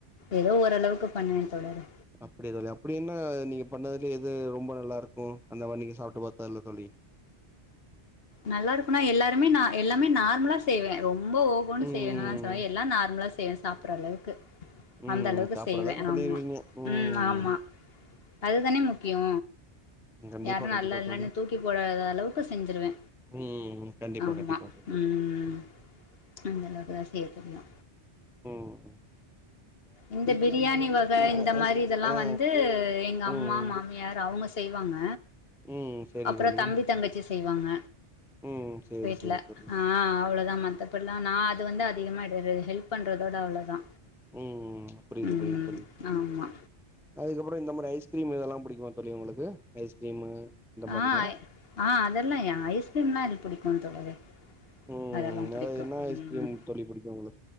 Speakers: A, on the left; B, in the centre.
A: ஏதோ ஓரளவுக்கு பண்ணுவேன் தோழரே
B: அப்படி எது இல்லயா அப்படி என்ன நீங்க பண்ணதுலே எது ரொம் ம்ப நல்லா இருக்கு அந்த மாரி நீங்க சாப்ட்டு பாத்ததுல தோழி
A: நல்லா இருக்குன்னா எல்லாருமே நா எல்லாமே நார்மலா செய்வே ரொம் ரொம்போ ஓஹோன்னு
B: ம்
A: செய்வண்ணா சமையல் எல்லா நார்மலா செய்வ சாப்பட்ற அளவுக்கு
B: ம்
A: அந்த அளவுக்கு
B: சாப்புற
A: செய்வ
B: பண்ணிருவீங்க
A: ஆமா
B: ம்
A: உம் ஆமா அதுதானே முக்கியோ
B: கண்டிப்பா
A: யாரு
B: கண்டிப்பா
A: நல்லா இல்லன்னு
B: தோழி
A: தூக்கி போடாத அளவுக்கு செஞ்சிருவே
B: ம் கண்டிப்பா
A: ஆமா
B: கண்டிப்பா தோழி
A: உம் அந்த அளவுக்கு தா செய்ய தெரியு
B: ம் ம்
A: இந்த பிரியாணி வக இந்த
B: ஐ
A: மாரி
B: ஐஸ்
A: இதெல்லா
B: ஆ
A: வந்து எங்க அம்மா
B: ம்
A: மாமியா யார் அவுங்க செய்வாங்க
B: ம் செரி
A: அப்புறோ
B: தோழி
A: தம்பி தங்கச்சி செய்வாங்க
B: ம் சேரி
A: வீட்ல
B: சேரி தோழி
A: ஆ அவ்ளோதா மத்தபட்ல்லா நா அது வந்து அதிகமா இது இது ஹெல்ப் பண்றதோட அவ்ளோதா
B: ம் ம் புரிது
A: ம்
B: புரிது தோழி
A: ஆமா
B: அதுக்கப்புறோ இந்த மாரி ஐஸ்கிரீமு இதெல்லா புடிக்குமா தோழி உங்களுக்கு ஐஸ்கிரீமு இந்த மாரிலா
A: ஆ ஆ அதெல்லா யா ஐஸ்கிரீம்லா எனக்கு புடிக்கு தோழரே
B: உம்
A: அதெல்லா புடிக்கு
B: அது என்ன ஐஸ்கிரீம்
A: ம்
B: தோழி புடிக்கு உங்